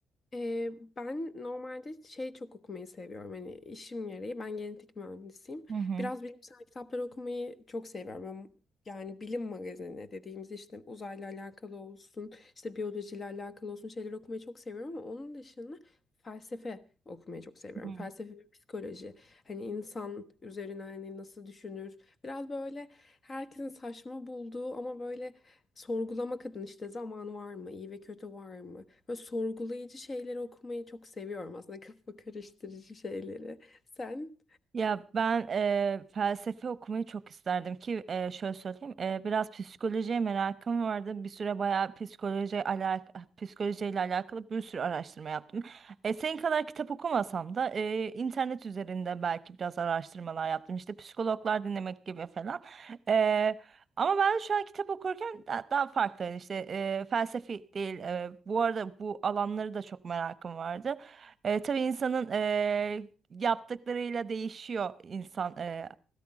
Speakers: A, on the left; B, on the right.
A: Ee, ben normalde şey çok okumayı seviyorum. Hani işim gereği ben genetik mühendisiyim.
B: Hı hı.
A: Biraz bilimsel kitapları okumayı çok seviyorum. Ben- Yani bilim magazini dediğimiz işte uzayla alakalı olsun, işte biyolojiyle alakalı olsun şeyler okumayı çok seviyorum ama onun dışında felsefe okumayı çok seviyorum.
B: Hı.
A: Felsefe ve psikoloji. Hani insan üzerine hani nasıl düşünür? Biraz böyle herkesin saçma bulduğu ama böyle Sorgulamak adına işte zaman var mı, iyi ve kötü var mı? Böyle sorgulayıcı şeyleri okumayı çok seviyorum aslında <laughs> kafa karıştırıcı şeyleri. Sen?
B: Ya ben eee, felsefe okumayı çok isterdim ki eee, şöyle söyleyeyim eee, biraz psikolojiye merakım vardı bir süre bayağı psikoloji alak psikolojiyle alakalı bir sürü araştırma yaptım. E, senin kadar kitap okumasam da eee, internet üzerinde belki biraz araştırmalar yaptım işte psikologlar dinlemek gibi falan. Eee, ama ben şu an kitap okurken da- daha farklı yani işte eee, felsefi değil eee, bu arada bu alanları da çok merakım vardı. E, tabii insanın eee, yaptıklarıyla değişiyor insan. Ee,